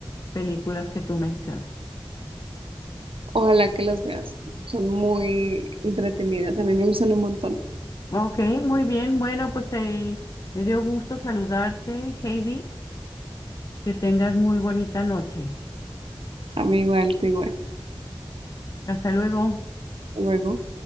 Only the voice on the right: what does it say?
Ojalá que las veas. Son muy entretenidas. A mí me gustan un montón.
A mí igual, te igual.
Luego.